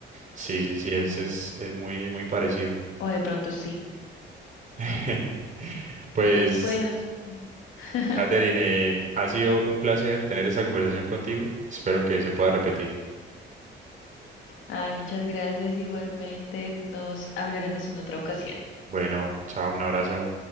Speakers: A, on the right; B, on the left.
A: Sí, sí,
B: No.
A: sí, es, es, es muy, muy parecido.
B: O de pronto sí.
A: <laughs> Pues,
B: Bueno. <laughs>
A: Katherine, eh, ha sido un placer tener esta conversación contigo. Espero que se pueda repetir.
B: Ay, muchas gracias. Igualmente, nos hablaremos en otra ocasión.
A: Bueno, chao, un abrazo.